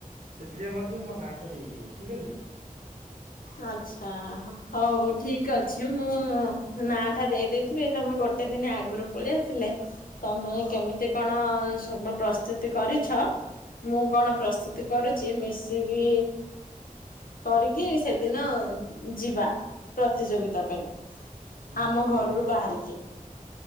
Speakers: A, on the right; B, on the left.
A: ସେଥିରେ ମଧ୍ୟ ମୋ ନାଁଟା ଦେଇଦିଅ ଠିକ୍ ଅଛି।
B: ଆଚ୍ଛା ହଉ ଠିକ ଅଛି ମୁଁ ନା ଟା ଦେଇ ଦେଇଥିବି ତମେ ଗୋ ଟେ ଦିନ ଆଗରୁ ପଳେଇ ଆସିଲେ ତମେ କେମିତି କଣ ସବୁ ପ୍ରସ୍ତୁତି କରିଛ ମୁଁ କଣ ପ୍ରସ୍ତୁତି କରୁଛି ମିଶିକି କରିକି ସେଦିନ ଯିବା ପ୍ରତିଯୋଗିତା ପାଇଁ।
A: ନିଶ୍ଚୟ
B: ଆମ ଘରରୁ ବାହାରିକି।